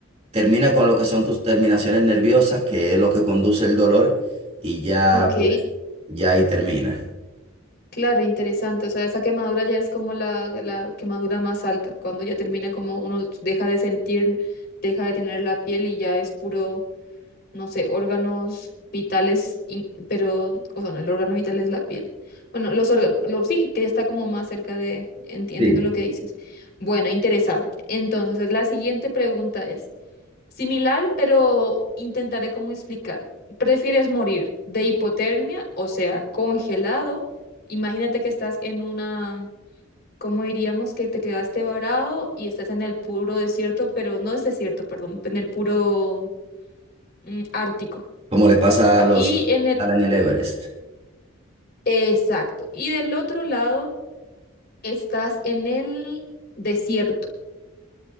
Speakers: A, on the right (about 30°); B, on the left (about 50°).
A: termina con lo que son tus terminaciones nerviosas, que es lo que conduce el dolor, y ya
B: Ok,
A: pues, ya ahí termina.
B: claro, interesante. O sea, esa quemadura ya es como la, la quemadura más alta, cuando ya termina como uno deja de sentir, deja de tener la piel y ya es puro, no sé, órganos vitales, in- pero, o sea, no, el órgano vital es la piel. Bueno, los órganos, sí, que ya está como más cerca de, enti- entiendo
A: Sí.
B: lo que dices. Bueno, interesante. Entonces, la siguiente pregunta es... Similar, pero intentaré como explicar. ¿Prefieres morir de hipotermia, o sea, congelado? Imagínate que estás en una, ¿cómo diríamos? Que te quedaste varado y estás en el puro desierto, pero no es desierto, perdón, en el puro mm, Ártico.
A: Como le pasa a los
B: Y
A: que
B: en el,
A: escalan en el Everest.
B: exacto. Y del otro lado, estás en el desierto.